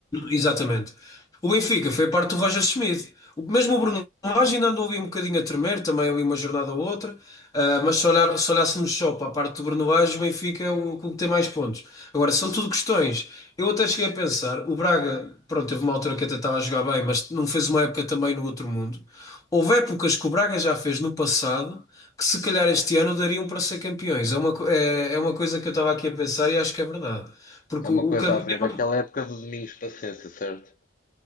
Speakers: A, on the left; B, on the left.
A: Exatamente. O Benfica foi a parte do Roger Schmidt. O, mesmo o Bruno Lage ainda andou ali um bocadinho a tremer, também ali uma jornada ou outra, Ah, mas se, olhar, se olhássemos só para a parte do Bruno Lage, o Benfica é o clube que tem mais pontos. Agora, são tudo questões. Eu até cheguei a pensar, o Braga, pronto, teve uma altura que até estava a jogar bem, mas não fez uma época também no outro mundo. Houve épocas que o Braga já fez no passado que se calhar este ano dariam para ser campeões. É uma, co- é, é uma coisa que eu estava aqui a pensar e acho que é verdade. Porque
B: É uma
A: o
B: coisa
A: o campeão
B: a ver. Aquela época do Domingos Paciência, certo?